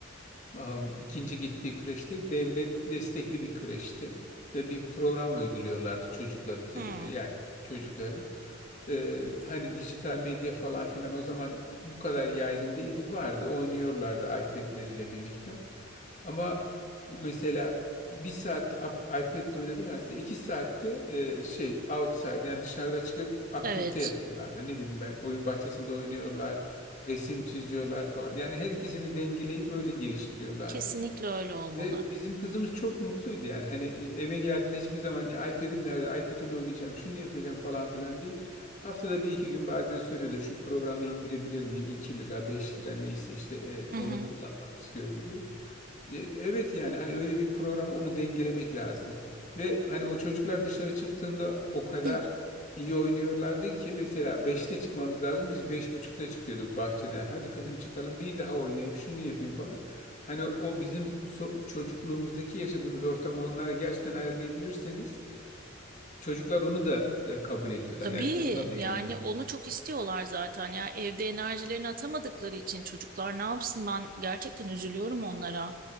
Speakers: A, on the left; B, on the right.
A: Am, ikinci gittiği kreşte devlet destekli bir kreşti ve bir program uyguluyorlardı çocuklar üzerinde
B: Hı,
A: yani çocuklara. Ee, hani dijital medya falan filan o zaman bu kadar yaygın değildi vardı oynuyorlardı iPad'leriyle bir miktar. Ama mesela bir saat ap- iPad'le oynadılarsa iki saatte e, şey outside yani dışarıda çıkıp aktivite
B: evet.
A: yapıyorlardı. Ne bileyim ben oyun bahçesinde oynuyorlar resim çiziyorlar falan. Yani her ikisini dengeleyip böyle geliştiriyorlardı.
B: Kesinlikle öyle olmalı.
A: Ve bizim kızımız çok mutluydu yani. Hani e, eve geldiğinde hiçbir zaman ya iPad'im nerede? iPad'imle oynayacağım, şunu yapacağım falan filan değil. Haftada bir iki gün bazen soruyordu şu programı indirebilir miyim? 2 lira, beş lira neyse işte e, onu
B: Hı hı.
A: kullanmak istiyorum diye. E, Evet yani hani öyle bir programı onu dengelemek lazım. Ve hani o çocuklar dışarı çıktığında o kadar
B: Hı.
A: iyi oynuyorlardı ki mesela beşte çıkmamız lazım. Biz beş buçukta çıkıyorduk bahçeden. Hadi kızım çıkalım bir daha oynayayım şunu yapayım falan. Hani o bizim so- çocukluğumuzdaki yaşadığımız ortamı onlara gerçekten ayarlayabilirseniz çocuklar onu da, da kabul ediyorlar.
B: Tabii
A: Yani onunla
B: yani
A: da eğleniyor.
B: onu çok istiyorlar zaten ya evde enerjilerini atamadıkları için çocuklar ne yapsın ben gerçekten üzülüyorum onlara.